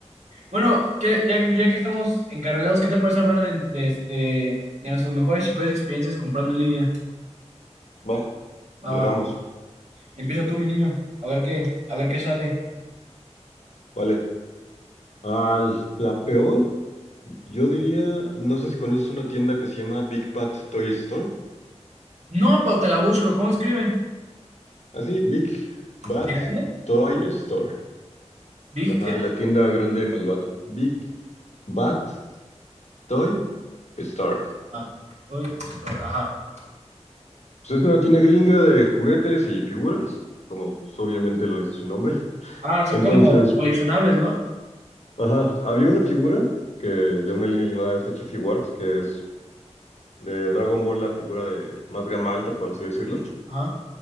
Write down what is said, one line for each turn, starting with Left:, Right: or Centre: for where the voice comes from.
Right: Bueno, que, ya, ya que estamos encarrilados, ¿qué te parece hablar de, de este, de nuestras mejores y peores experiencias comprando en línea?
Left: Va,
Right: Va,
Left: le
Right: va.
Left: damos.
Right: Empieza tú, mi niño. A ver qué, a ver qué sale.
Left: Vale. Ah, la peor. Yo diría, no sé si conoces una tienda que se llama Big Bad Toy Store.
Right: No, pero te la busco. ¿Cómo escribe?
Left: Así, Big Bad
Right: ¿De grande?
Left: Toy Store.
Right: ¿Big
Left: Ajá,
Right: qué?
Left: la tienda grande malvada. Big Bad Toy Store.
Right: Ah, Toy Store. Ajá.
Left: Pues es una tienda gringa de juguetes y figuras, como pues, obviamente lo dice su nombre. <laughs>
Right: Ah, son
Left: Entonces,
Right: como coleccionables, ¿no?
Left: ajá, había una figura que, de una línea llamada SH Figuarts, que es de Dragon Ball, la figura de más gama alta, por así decirlo.
Right: Ajá.